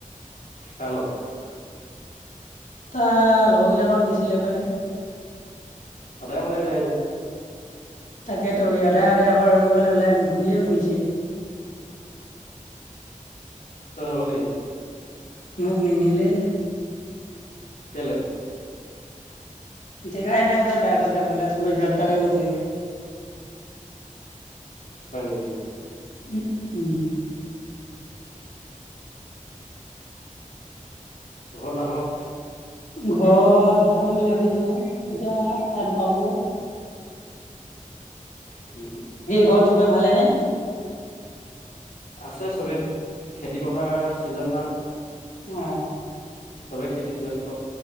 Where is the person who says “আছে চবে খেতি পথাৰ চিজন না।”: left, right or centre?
Left